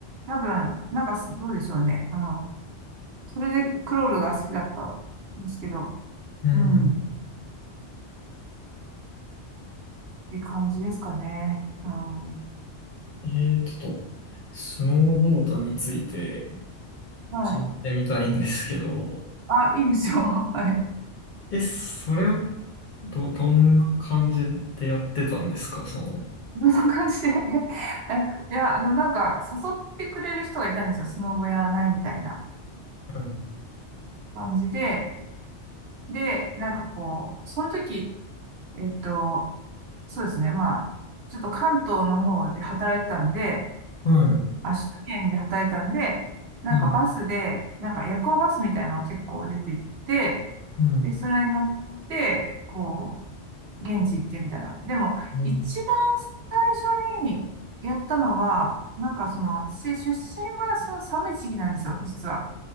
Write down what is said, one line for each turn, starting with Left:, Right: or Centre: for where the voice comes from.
Right: 多分、なんかす、どうでしょうね。うん。それでクロールが好きだったんですけど、
Left: うん。
Right: うん、って感じですかね。うん。
Left: えー、ちょっと、スノーボードについて
Right: はい。
Left: 聞いてみたいんですけど、
Right: あ、いいですよ。<laughs> はい。
Left: え、それはど、どんな感じでやってたんですか、その。
Right: そんな感じで <laughs> え、いや、あの、なんか、誘ってくれる人がいたんですよ。スノボやらないみたいな
Left: はい。
Right: 感じで。で、なんかこう、その時、えっと、そうですね。まあ、ちょっと関東の方で働いてたんで、
Left: はい
Right: あ、首都圏で働いてたんで、なんかバスで、
Left: うん。
Right: なんか夜行バスみたいなのが結構出てって、
Left: うん。
Right: で、それに乗って、こう、現地行ってみたいな。でも、
Left: うん
Right: 一番最初にやったのは、なんかその、私出身はその寒い時期なんですよ、実は。